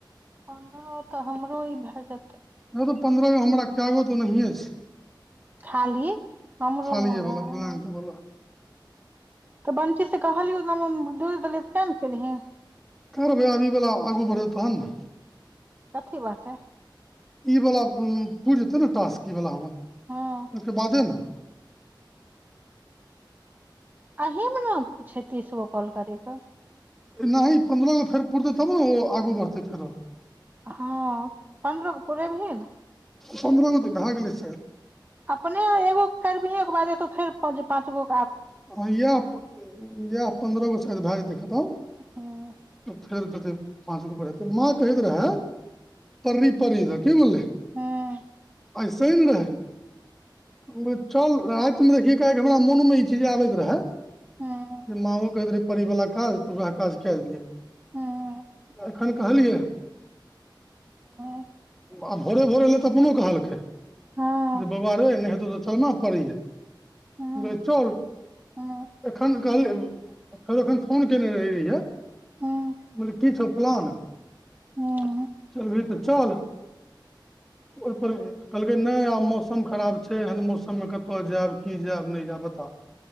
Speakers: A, on the right; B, in the centre.
A: प तऽ हमरो ई भए जेतै
B: नहि तू पंन्द्रहगो हमरा कए गो तऽ ओनाे छै
A: खाली हमरो
B: खालए
A: मे वएह
B: वला ब्लैक वाला
A: तऽ बंटी से कहलियौ दोड़ि देले तऽ किया नहि केलीहे
B: कर मे आबीवला आगू बढ़त तहन ने
A: कथी वषे
B: आई वला पूुरि जेतै ने टास्क ई वाला हमर ओहिके
A: हँ
B: बादे ने
A: अही मे ने छै तीसगो कॉल कर कऽ
B: नहि पन्द्रहगो फेर पुरतै तब ने ओ आगू बढ़तै फेरो
A: ह पन्द्र पूे भी हीन
B: पन्द्रहगोटी भए गेलै
A: अपने एगो करबिहे के बादे तो फेर पाच गो
B: ह इएह इएह पन्द्रह गो शायद भए जेतै खतम
A: हूँ
B: तऽ फेर देते पाँच गो पढ़ेतै माँ कहैत रहे परी परी तऽ कि बुझलै
A: ह
B: ऐसे ने रहे चल राति मे देखिय कऽ हमरा मन मे ई चीज आबैत रहे
A: हूँ
B: जे मे कहैत रहे परी वाला काज तऽ ओएह काज कऽ दिय
A: हूँ
B: एखन कहलियै।
A: हूँ
B: आ भोरे भोरे अयलै तऽ अपनो कहलकै
A: हँ
B: जे बौआ रे नहि हेतौ त चलना पड़ैया
A: हूँ
B: बे चल।
A: हूँ
B: एखन कहलियै फेर एखन फोन कयने रहैत रहियै।
A: हूँ
B: बल कि छौ प्लन
A: हू।
B: चल भी त चल ओप कहलकै नहि आब मौसम खराब छै एहन मौसममे कतय जायब कि जायब नहि जायब बता